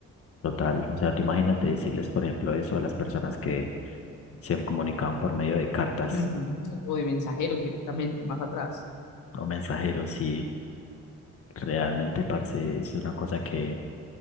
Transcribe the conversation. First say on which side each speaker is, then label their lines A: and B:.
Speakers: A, on the left; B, on the left.
A: Total. O sea, tú imagínate decirles, por ejemplo, eso a las personas que se comunicaban por medio de cartas
B: Ujú, O de mensajeros directamente más atrás.
A: o mensajeros y realmente, parce, es una cosa que